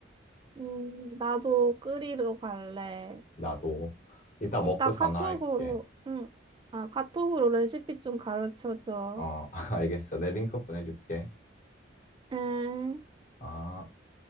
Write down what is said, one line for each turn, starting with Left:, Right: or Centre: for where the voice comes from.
Right: 음, 나도 끓이러 갈래.
Left: 나도. 이따 먹고
Right: 이따
Left: 전화할게.
Right: 카톡으로, 응. 아, 카톡으로 레시피 좀 가르쳐줘.
Left: 어, <laughs> 알겠어. 내 링크 보내줄게.
Right: 응.
Left: 아.